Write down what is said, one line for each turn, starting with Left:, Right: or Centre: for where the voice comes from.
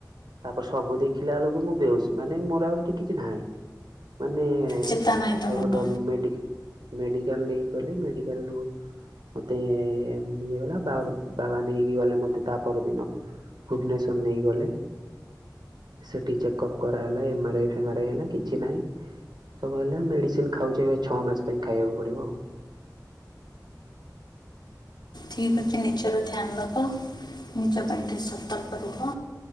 Right: ତାପରେ ସବୁ ଦେଖିଲା ବେଳକୁ ମୁଁ ବେହୋସ ମାନେ ମୋର ଆଉ ସେଠି କିଛି ନାହିଁ ମାନେ <unintelligible>
Left: ଚେତା ନାହିଁ ତମର
Right: ତ ମେଡ଼ି ମେଡିକାଲ ନେଇ ଗଲେ ମେଡିକାଲୁ ମତେ ନିଏ ଗଲା ବା ବାବା ନେଇକି ଗଲେ ମତେ ତା ପରଦିନ। ଭୁବନେଶ୍ୱର ନେଇକି ଗଲେ। ସେଠି ଚେକ ଅପ୍ କରାହେଲା ଏମ ଆର ଆଇ ଫେମର ଆଇ ହେଲା କିଛି ନାହିଁ। ସବୁ ହେଲା ମେଡ଼ିସିନ ଖାଉଚି ଏବେ ଛଅ ମାସ ପାଇଁ ଖାଇବାକୁ ପଡ଼ିବ ଆଉ
Left: ଠିକ ଅଛି ନିଜର ଧ୍ୟାନ ରଖ ନିଜ ପାଇଁ ଟିକେ ସତର୍କ ରୁହ।